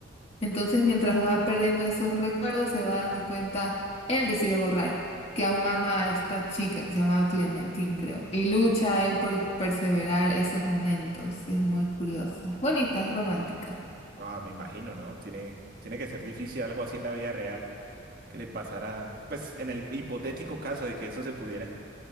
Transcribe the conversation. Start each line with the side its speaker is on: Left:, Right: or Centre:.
Left: Entonces, mientras va perdiendo esos recuerdos, se va dando cuenta, él decide borrar, que aún ama a esta chica que se llamaba Clementine, creo, y lucha a él por perseverar esos momentos. Es muy curiosa, es bonita, es romántica.
Right: Ah, me imagino, ¿no? Tiene, tiene que ser difícil algo así en la vida real que le pasara, pues en el hipotético caso de que eso se pudiera.